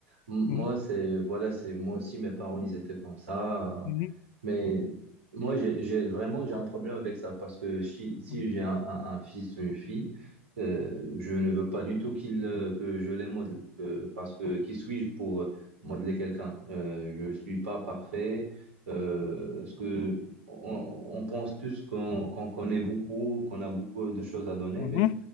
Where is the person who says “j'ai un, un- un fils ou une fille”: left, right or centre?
Right